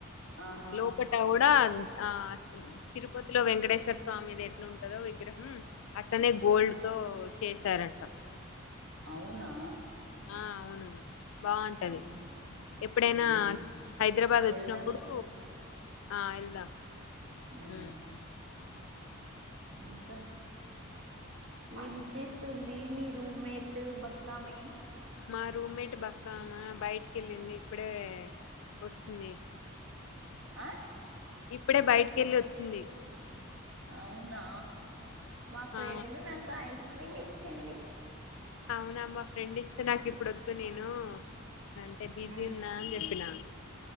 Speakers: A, on the right; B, on the left.
A: ఆహా
B: లోపాటకూడ ఆ తిరుప లో వెంకటేశ్వర స్వామిది ఎంట్లుంటదో విగ్రహం కనీ గోల్డ్తో
A: ఆ
B: చేసారంట
A: అవునా
B: ఆ అవును బాగుంటది
A: ఉమ్
B: ఎప్పుడైనా
A: ఉహు
B: హైదరాబాద్ వచ్చినప్పుడు
A: వెళ్దాంలే
B: ఆ వెళ్దాం
A: ఉమ్
B: హుమ్
A: ఇంకా ఏం చేస్తుంది మీ రూమేట్ బక్కామే
B: మా రూమ్మేట్ బక్కామ బయటి కెళ్ళింది ఇప్పుడే వచ్చింది
A: ఆ
B: ఇప్పుడే బయటికి వెళ్ళి వచ్చింది
A: అవునా మా ఫ్రెండ్
B: ఆ
A: నాకు ఐస్ క్రిమ్ ఇచ్చింది
B: అవునామ్ మా ఫ్రెండ్ ఇస్తే నాకు ఇప్పుడు వద్దు నేను అంటే బిజీ
A: ఉమ్
B: ఉన్న అని చెప్పినా